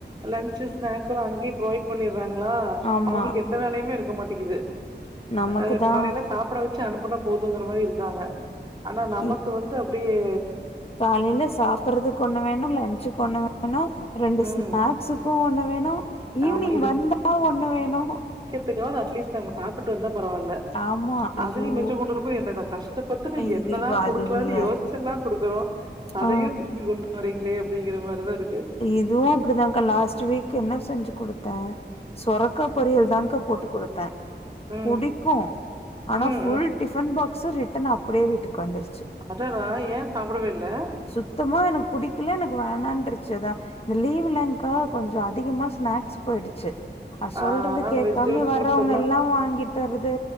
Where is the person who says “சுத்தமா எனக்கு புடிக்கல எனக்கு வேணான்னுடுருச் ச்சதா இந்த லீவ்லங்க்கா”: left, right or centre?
Left